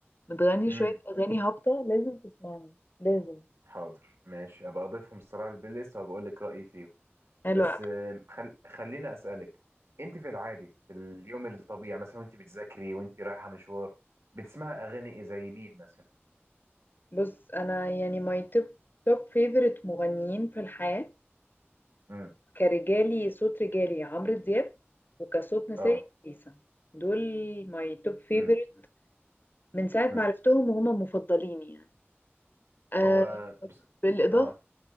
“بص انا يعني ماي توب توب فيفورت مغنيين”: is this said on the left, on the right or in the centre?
Left